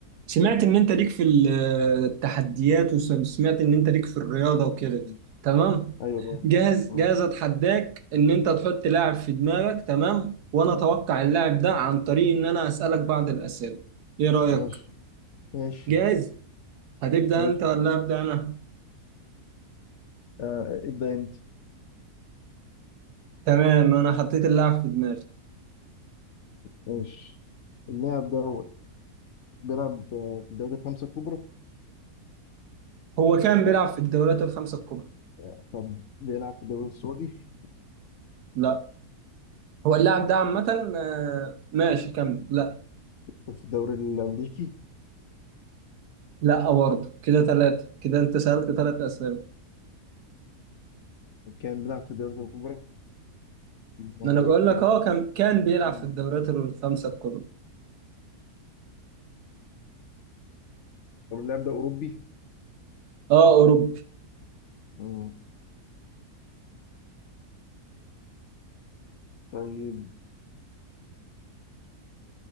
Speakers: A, on the right; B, on the left.
A: سمعت ان انت ليك في ال- التحديات وسمعت ان انت ليك في الرياضه وكده
B: مم.
A: تمام
B: ايوه طبعا
A: جاهز
B: مم.
A: جاهز اتحداك ان انت تحط لاعب في دماغك تمام وانا اتوقع اللاعب ده عن طريق ان انا اسالك بعض الاسئله ايه رايك
B: ماشي ماشي
A: جاهز هتبدا
B: ماشي
A: انت ولا ابدا انا
B: آه ابدا انت
A: تمام انا حطيت اللاعب في دماغي
B: ماشي اللاعب ده بيلعب آه، في الدوري الخمسة الكبرى
A: هو كان بيلعب في الدوريات الخمسه الكبرى
B: آه، طب بيلعب في الدوري السعودي
A: لا هو اللاعب ده عامه آه، ماشي كمل لا
B: وفي الدوري الأمريكي
A: لا برضه كده ثلاثه كده انت سالت ثلاث اسئله
B: وكان بيلعب في الدوري الكبرى وهيروح
A: ما انا بقول
B: فين؟
A: لك اه كان كان بيلعب
B: مم.
A: في الدوريات الخمسه الكبرى
B: طب اللاعب ده أوروبي؟
A: اه اوروبي
B: مم. طيب